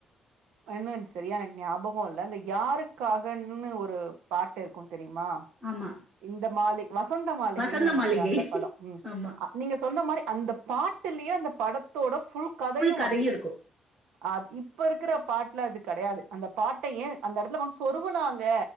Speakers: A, on the right; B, on the right.
A: அண்ணன் சரியா எனக்கு ஞாபகொ இல்ல இந்த யாருக்காகன்னு ஒரு பாட்டு இருக்கு தெரியுமா
B: ஆமா
A: இந்த மாளி வசந்த மாளிகை
B: வசந்த
A: நனக்குற
B: மாளிகை
A: அந்த படொ ம்
B: ஆமா.
A: அ நீங்க சொன்ன மாரி அந்த பாட்டுலயே அந்த படத்தோட ஃபுல் கதயு
B: கதையும்
A: வந்துரு
B: இருக்கும்.
A: அ இப்ப இருக்குற பாட்டுல அது கெடயாது அந்த பாட்ட ஏ அந்த எடத்துல வ சொருவுனாங்க